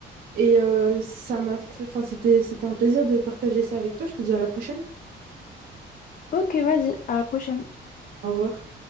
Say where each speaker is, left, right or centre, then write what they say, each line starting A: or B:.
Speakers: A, on the right; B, on the left.
A: Et euh, ça m'a fait... Enfin, c'était, c'était un plaisir de partager ça avec toi. Je te dis à la prochaine.
B: Ok, vas-y, à la prochaine.
A: Au revoir.